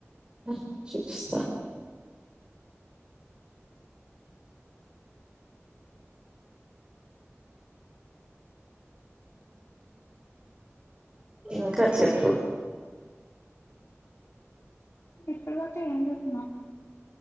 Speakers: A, on the right; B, on the left.
A: ఆగ్ చూస్తా ఇంకా చెప్పు
B: ఇప్పుడు దాకా ఏం జేస్తున్నావ్